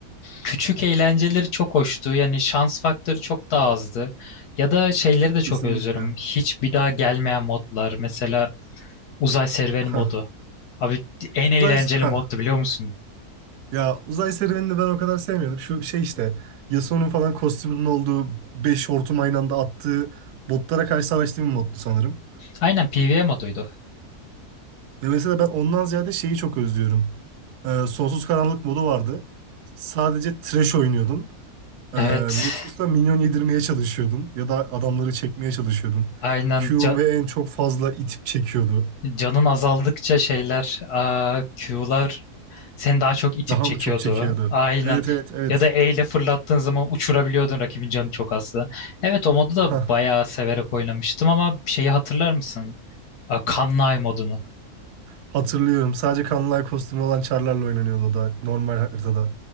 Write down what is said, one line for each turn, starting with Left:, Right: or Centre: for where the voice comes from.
Left: küçük eğlenceleri çok hoştu. Yani şans faktörü çok daha azdı. Ya da şeyleri de çok
Right: Kesinlikle.
Left: özlüyorum. Hiç bir daha gelmeyen modlar. Mesela uzay serüveni
Right: Hah.
Left: modu. Abi en eğlenceli
Right: Uzay... Hah.
Left: moddu biliyor musun?
Right: Ya uzay serüvenini ben o kadar sevmiyorum. Şu şey işte Yasuo'nun falan kostümünün olduğu 5 hortum aynı anda attığı botlara karşı savaştığı bir moddu sanırım.
Left: Aynen PvE moduydu.
Right: Ya mesela ben ondan ziyade şeyi çok özlüyorum. Ee, Sonsuz Karanlık modu vardı. Sadece trash oynuyordun. Ee,
Left: Evet.
Right: Nexus'ta minyon yedirmeye çalışıyordun. Ya da adamları çekmeye çalışıyordun.
Left: Aynen
Right: Q'un
Left: Ca-
Right: ve en çok fazla itip çekiyordu.
Left: canın azaldıkça şeyler, aa, Q'lar Seni daha çok itip
Right: Daha
Left: çekiyordu.
Right: mı çok çekiyordu?
Left: Aynen.
Right: Evet evet evet.
Left: Ya da E
Right: <laughs>
Left: ile fırlattığın zaman uçurabiliyordun rakibin canı çok azdı. Evet o modu da
Right: Hah,
Left: bayağı severek oynamıştım ama şeyi hatırlar mısın? A, Kanlay modunu.
Right: Hatırlıyorum. Sadece kanlay kostümü olan Char'larla oynanıyordu o da normal haritada.